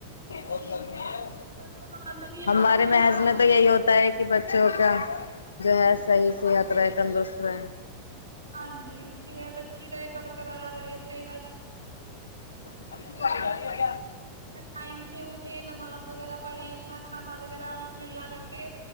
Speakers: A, on the left (about 70°); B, on the right (about 80°).
A: بہت گرمی ہے
B: بچے مانتے نہیں ہے نا
A: ہمارے
B: آج کل
A: محض
B: کو آپ
A: میں
B: کو
A: تو یہی
B: پتہ
A: ہوتا ہے کہ بچوں کیا جو ہے صحیح صیحت رہے تندرست رہے
B: ہاں جی صیحت اچھی رہے برقرار رہے صیحت
A: <inaudible>
B: ٹائم سے اٹھے نماز وغیرہ پڑھیں اپنا کھانا وغیرہ بسم اللہ کر کے